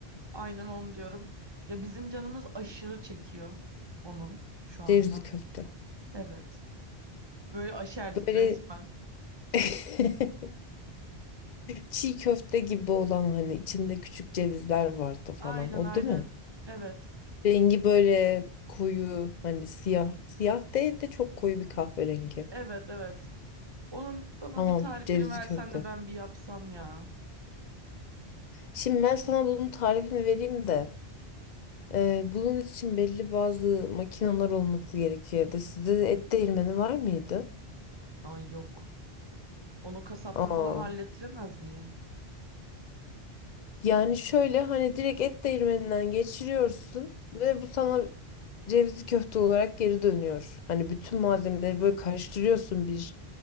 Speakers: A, on the right; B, on the left.
A: Aynen onu diyorum. Ya bizim canımız aşırı çekiyor onu şu anda.
B: Cevizli köfte.
A: Evet. Böyle aşerdik
B: Böyle
A: resmen.
B: <laughs> çiğ köfte gibi olan hani içinde küçük cevizler vardı falan.
A: Aynen
B: O
A: aynen.
B: değil mi?
A: Evet.
B: Rengi böyle koyu hani siyah. Siyah değil de çok koyu bir kahverengi.
A: Evet evet. Onun bana
B: Tamam
A: bir tarifini
B: cevizli
A: versen
B: köfte.
A: de ben bir yapsam ya.
B: Şimdi ben sana bunun tarifini vereyim de. e, bunun için belli bazı makineler olması gerekiyor. evde. Sizde et değirmeni var mıydı?
A: Ay yok. Onu kasapta
B: Aa.
A: falan hallettiremez miyim?
B: Yani şöyle hani direkt et değirmeninden geçiriyorsun ve bu sana cevizli köfte olarak geri dönüyor. Hani bütün malzemeleri böyle karıştırıyorsun bir